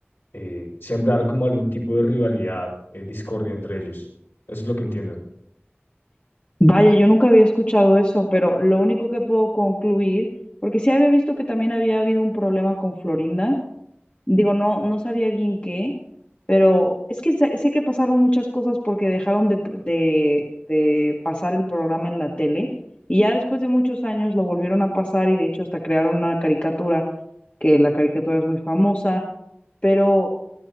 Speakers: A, on the left; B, on the left.
A: eh, sembrar como algún tipo de rivalidad, eh, discordia entre ellos. Eso es lo que entiendo.
B: Vaya, yo nunca había escuchado eso, pero lo único que puedo concluir, porque sí había visto que también había habido un problema con Florinda, digo, no, no sabía bien qué, pero es que sé, sé que pasaron muchas cosas porque dejaron de, de, de pasar el programa en la tele y ya después de muchos años lo volvieron a pasar y de hecho hasta crearon una caricatura, que la caricatura es muy famosa, pero